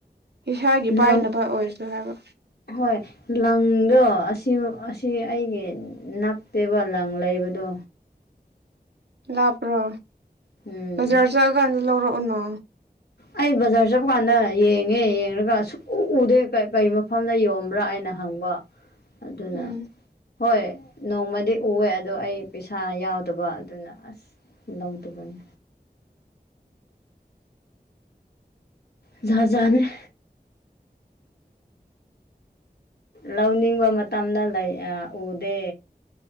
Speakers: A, on the right; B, on the left.
A: ꯏꯁꯥꯒꯤ ꯄꯥꯏꯅꯕ
B: ꯂꯪ
A: ꯑꯣꯏꯔꯁꯨ ꯍꯥꯏꯕ
B: ꯍꯣꯏ ꯂꯪꯗꯣ ꯑꯁꯤ ꯑꯁꯤ ꯑꯩꯒꯤ ꯅꯞꯇꯦꯕ ꯂꯪ ꯂꯩꯕꯗꯣ
A: ꯂꯥꯞꯄ꯭ꯔꯣ
B: ꯎꯝ
A: ꯕꯖꯥꯔ ꯆꯠꯂꯀꯥꯟꯗ ꯂꯧꯔꯛꯎꯅꯣ
B: ꯑꯩ ꯕꯖꯥꯔ ꯆꯠꯄ ꯀꯥꯟꯗ ꯌꯦꯡꯉꯦ ꯌꯦꯡꯉꯒ ꯑꯁꯨꯛ ꯎ ꯎꯗꯦ ꯀꯔꯤ ꯃꯐꯝꯗ ꯌꯣꯟꯝꯕ꯭ꯔꯥ ꯍꯥꯏꯅ ꯍꯪꯕ ꯑꯗꯨꯅ
A: ꯎꯝ
B: ꯍꯣꯏ ꯅꯣꯡꯃꯗꯤ ꯎꯑꯦ ꯑꯗꯣ ꯑꯩ ꯄꯩꯁꯥ ꯌꯥꯎꯗꯕ ꯑꯗꯨꯅ ꯑꯁ ꯂꯧꯗꯕꯅꯤ ꯖꯥꯖꯥꯅꯤ ꯂꯧꯅꯤꯡꯕ ꯃꯇꯝꯗ ꯂꯩ ꯎꯗꯦ